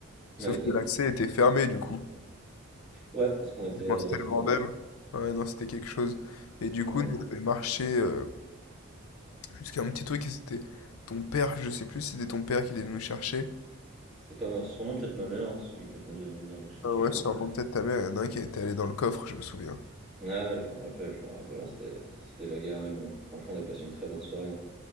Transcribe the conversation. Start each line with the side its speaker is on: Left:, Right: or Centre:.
Left: sauf
Centre: Ouais, exact.
Left: que l'accès était fermé, du coup.
Centre: Ouais, parce qu'on était
Left: Tellement C'était
Centre: resté
Left: le bordel.
Centre: trop tard.
Left: Ouais, non, c'était quelque chose. Et du
Centre: Hmm.
Left: coup, nous, on avait marché... euh, Jusqu'à un petit truc, et c'était ton père, je sais plus si c'était ton père qui allait nous chercher.
Centre: C'était pas, sûrement peut-être ma mère, hein, si quelqu'un devait venir nous chercher,
Left: Ah ouais,
Centre: je
Left: sûrement
Centre: pense.
Left: peut-être ta mère, il y en a un qui était allé dans le coffre, je me souviens.
Centre: Ah, je me rappelle, je me rappelle, hein, c'était c'était la guerre, mais bon, franchement, on a passé une très bonne soirée. hein.